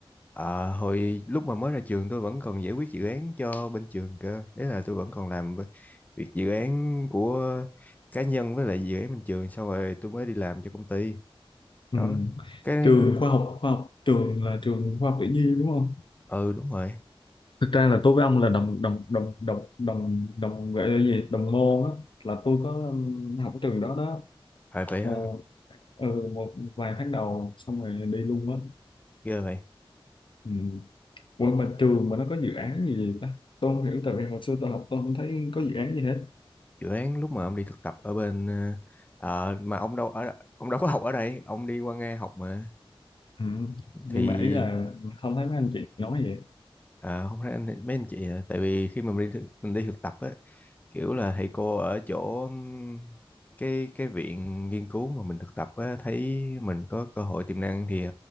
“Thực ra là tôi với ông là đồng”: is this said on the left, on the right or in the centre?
Left